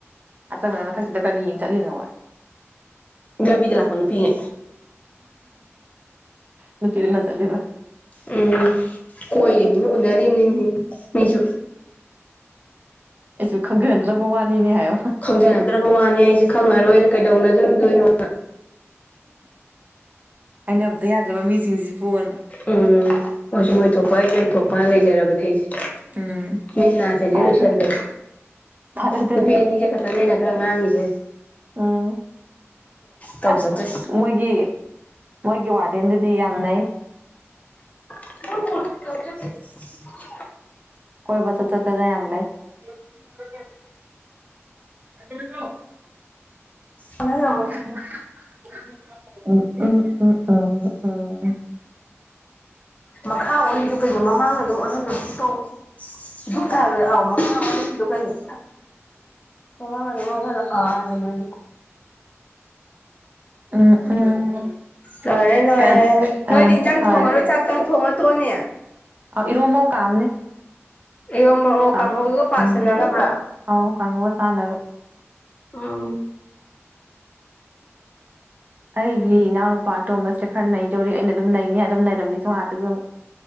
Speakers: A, on the right (about 35°); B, on the left (about 30°).
A: ꯑꯆꯪꯕꯅ ꯃꯊꯛꯁꯤꯗ ꯀꯔꯤ ꯌꯦꯡ ꯆꯠꯂꯤꯅꯣ ꯍꯣꯏ
B: ꯒꯕꯤꯗ ꯂꯥꯛꯄ ꯅꯨꯄꯤꯅꯦ
A: ꯅ ꯀꯤꯔꯤꯅ ꯆꯗꯕ
B: ꯎꯝ ꯀꯣꯏꯝꯅꯤ ꯎꯅꯔꯤꯕꯝꯅꯤꯅꯦ ꯃꯤꯁꯨ
A: ꯑꯩꯁꯨ ꯈꯪꯖꯗ꯭ꯔꯕ ꯋꯥꯅꯤꯅꯦ ꯍꯥꯏꯌꯣ
B: ꯈꯪꯖꯅꯗ꯭ꯔꯕ ꯋꯥꯅꯤ ꯑꯩꯖꯨ ꯈꯪꯉꯔꯣꯏꯅ ꯀꯩꯗꯧꯅꯖꯔꯨꯗꯣꯏꯅꯣꯅ
A: ꯍꯥꯏꯅꯕꯗ ꯌꯥꯗ꯭ꯔꯕ ꯃꯤꯁꯤꯡꯁꯤ ꯐꯣꯟ
B: ꯎꯝ ꯃꫭꯏꯁꯨ ꯃꫭꯏꯊꯣꯛꯄ ꯑꯩꯖꯨ ꯑꯩꯊꯣꯛꯄꯅ ꯂꯩꯖꯔꯕꯅꯦ ꯑꯩꯁꯦ
A: ꯎꯝ
B: ꯃꯤꯠꯅ ꯆꯦꯖꯦꯠ
A: ꯐꯔꯦ
B: ꯎꯏꯁꯟꯗꯅ
A: ꯐꯔꯦ ꯑꯗꯨꯅ
B: ꯅꯨꯄꯤ ꯑꯅꯤꯖꯦ ꯈꯇꯅꯦ ꯑꯩꯅ ꯈꯔ ꯉꯥꯡꯉꯤꯖꯦ
A: ꯎꯝ
B: ꯇꯧꯖꯗ꯭ꯔꯤ
A: ꯑꯁ ꯃꯣꯏꯒꯤ ꯃꯣꯏꯒꯤ ꯋꯥꯔꯗꯦꯟꯗꯨꯗꯤ ꯌꯥꯝꯅꯩ
B: <unintelligible>
A: ꯀꯣꯏꯕ ꯆꯠ ꯆꯠꯇꯅ ꯌꯥꯝ ꯂꯩ ꯀ ꯀꯩꯗꯧꯔꯤꯅꫭ ꯎꯝ
B: ꯑꯣꯟꯍꯜꯂꯝ
A: ꯎꯝ ꯎꯝ ꯎꯝꯎꯝ
B: ꯃꯈꯥ ꯑꯣꯜꯂꯤꯗꯨ ꯀꯩꯅꯣ ꯃꯃꯥꯡ ꯑꯗꯨꯝ ꯑꫭꯜꯍꯜꯂꯨ ꯇꯣꯛ ꯊꯨꯞ ꯀꯥꯏꯕꯗ ꯑꯧ ꯃꯈꯥꯗ ꯀꯩꯅꫭ ꯃꯃꯥꯡ ꯑꯗꯨꯝ ꯑꫭꯜꯍꯜꯂꫭ ꯑ ꯑꯗꯨꯃꯥꯏꯅ
A: ꯎꯝ ꯎꯝ
B: ꯂꯣꯏꯔꯦ ꯂꯣꯏꯔꯦ
A: ꯀꯩꯅꯣ ꯑ
B: ꯅꯣꯏꯗꯤ ꯏꯟꯖꯥꯡ
A: ꯐꯔꯦ
B: ꯊꯣꯡꯉꯔꯣꯏ ꯆꯥꯛꯇꯪ ꯊꯣꯡꯉ ꯇꫭꯛꯑꯅꯤ
A: ꯑ ꯏꯔꯝꯕꯃ ꯀꯥꯝꯅꯤ
B: ꯏꯔꫭꯝꯚ ꯑꫭ
A: ꯀꯥꯡ
B: ꯀꯥꯡꯍꯧꯗꯨꯒ ꯄꯁꯟꯅꯅꯕ꯭ꯔꯥ
A: ꯎꯝ ꯑꯧ ꯀꯥꯡꯉꯧꯒ ꯆꯥꯅꯕ
B: ꯎꯝ
A: <inaudible> ꯑꯩꯒꯤ ꯏꯅꯥꯎꯅꯨꯄꯥ ꯑꯇꯣꯝꯕꯁꯦ ꯈꯔ ꯅꯩꯗꯧꯔꯤ ꯑꯩꯅ ꯑꯗꯨꯝ ꯅꯩꯅꯤ ꯑꯗꯨꯝ ꯅꯩꯔꯝꯃꯤꯁꯨ ꯑꯗꯥꯗꯨꯝ